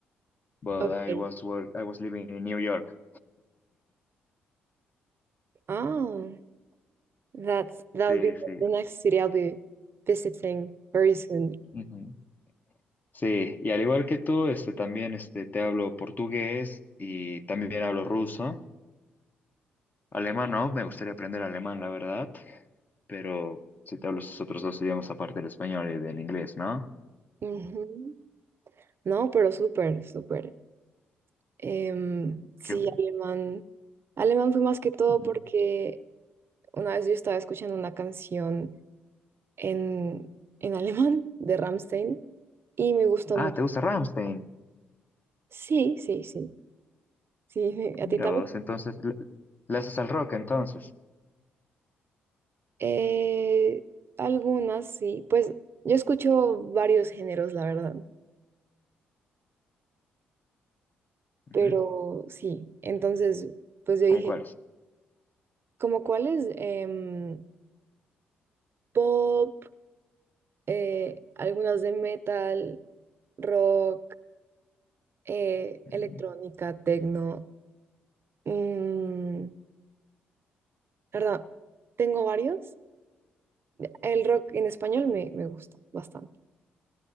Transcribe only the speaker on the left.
But
I was work I was living in New York.
Sí,
sí.
Ujú. Sí, y al igual que tú, este, también este, te hablo portugués y también hablo ruso. Alemán no, me gustaría aprender alemán, la verdad, pero si te hablo esos otros dos idiomas aparte del español y del inglés, ¿no?
¿Qué-
Ujú.
Ah,
¿te gusta Rammstein?
Mira
vos, entonces, le, le haces al rock entonces.
Ujú.
¿Cómo cuáles?
Mm,